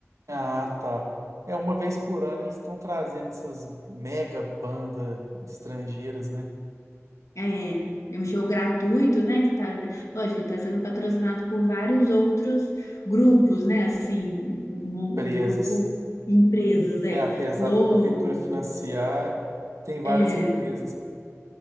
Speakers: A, on the right (about 80°); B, on the left (about 80°).
A: Ah, tá. É, uma vez por ano eles estão trazendo essas mega bandas estrangeiras, né?
B: É, é um show gratuito, né? Que tá, lógico, que tá sendo patrocinado por vários outros grupos, né? Assim, um,
A: Presas.
B: um grupo empresas, é.
A: É, apesar
B: Globo,
A: da prefeitura financiar, tem várias
B: é,
A: empresas.